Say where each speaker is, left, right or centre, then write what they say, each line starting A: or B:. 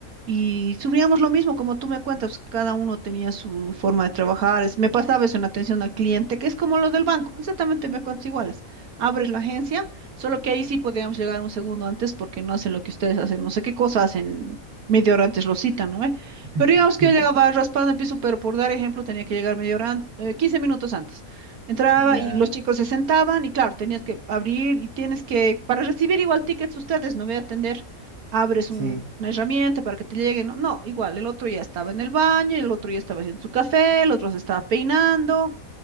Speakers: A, on the right (about 85°); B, on the right (about 70°).
A: y sufríamos lo mismo, como tú me cuentas, cada uno tenía su forma de trabajar. Es, me pasaba eso en atención al cliente, que es como lo del banco, exactamente me cuentas iguales. Abres la agencia, solo que ahí sí podíamos llegar un segundo antes porque no hacen lo que ustedes hacen, no sé qué cosa hacen. Media hora antes lo citan, ¿no? ¿Eh? Pero
B: <laughs>
A: digamos que yo llegaba raspando el piso, pero por dar ejemplo tenía que llegar media hora, an- eh, 15 minutos antes. Entraba
B: ya,
A: y los chicos se sentaban y claro, tenías que abrir y tienes que, para recibir igual tickets ustedes, no voy a atender, abres
B: sí,
A: un- una herramienta para que te lleguen. No, no, igual, el otro ya estaba en el baño, el otro ya estaba haciendo su café, el otro se estaba peinando,